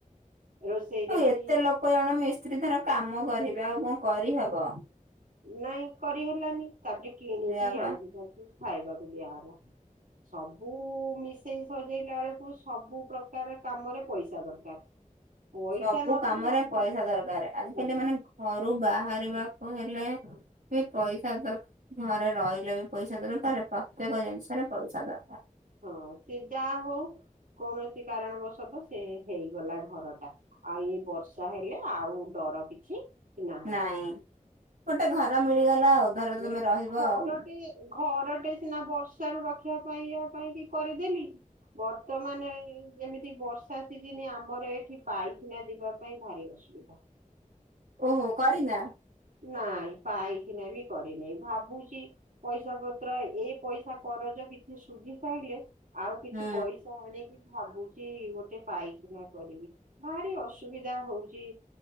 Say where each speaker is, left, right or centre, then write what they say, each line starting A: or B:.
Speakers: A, on the right; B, on the right.
A: ରୋଷେଇରେ
B: ଆଉ ଏତେ
A: ବି
B: ଲୋକ ଜଣ ମିସ୍ତ୍ରୀ ଧର କାମ କରିବେ ଆଉ କଣ କରିହବ।
A: ନାଇଁ କରିହେଲାନି କାଲି କିଣିକି
B: ସେଇଆ ପା।
A: ଆଣିଛନ୍ତି। ଖାଇବାକୁ ଦିଆହେଲା ସବୁ ମିଶେଇ ସଜେଇଲା ବେଳକୁ ସବୁ ପ୍ରକାର କାମରେ ପଇସା ଦରକାର ପଇସା
B: ସବୁ
A: ନଥିଲା
B: କାମରେ
A: ଆଜି
B: ପଇସା ଦରକାର ଆଜିକାଲି
A: ହଁ
B: ମାନେ ଘରୁ ବାହ କରିବାକୁ ହେଲେ ବି ପଇସା ଦରକାର ଘରେ ରହିଲେ ବି ପଇସା ଦରକାର ପ୍ରତ୍ୟେକ ଜିନିଷରେ ପଇସା ଦରକାର
A: ହଁ ସେ ଯାହା ହଉ କୌଣସି କାରଣବଶତ ସେ ହେଇଗଲା ଘର ଟା ଆଉ ଏଇ ବର୍ଷା ହେଲେ ଆଉ ଡର କିଛି ନାହିଁ
B: ନାଇଁ ଗୋଟେ ଘର ମିଳିଗଲା ଆଉ ଧର
A: ହଁ
B: ତମେ ରହିବ
A: ଘରଟିେ
B: ଆଉ
A: ଘରଟେ ସିନା ବର୍ଷ ର ରଖ ଶିଖିବା ପାଇଁ ଇ ପାଇଁ କି କରିଦେଲିି ବର୍ତ୍ତମାନ ଇ ଯେମିତି ବର୍ଷା ସିଜିନି ଆମର ଏଠି ପାଇଖାନା ଯିବା ପାଇଁ ଭାରି ଅସୁବିଧା
B: ଓହୋ କରିନା
A: ନାଇଁ ପାଇଖନା ବି କରିନି ଭାବୁଛି ପଇସା ପତ୍ର ଏ ପଇସା କରଜ କିଛି ଶୁଝି ସାରିଲେ ଆଉ କିଛି
B: ହୁଁ
A: ପଇସା ଆଣିକି ଭାବୁଛି ଗୋଟେ ପାଇଖାନା କରିବି ଭାରି ଅସୁବିଧା ହଉଚି